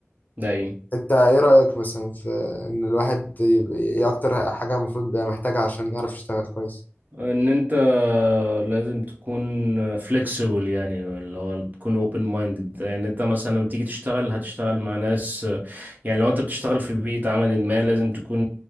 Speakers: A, on the right; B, on the left.
A: داي
B: أنت إيه رأيك مثلا في إن الواحد ي- إيه أكتر حاجة المفروض بقى محتاجها عشان يعرف يشتغل كويس؟
A: ان انت لازم تكون flexible يعني اللي هو تكون open minded يعني انت مثلا لما تيجي تشتغل هتشتغل مع ناس يعني لو انت بتشتغل في بيئة عمل ما لازم تكون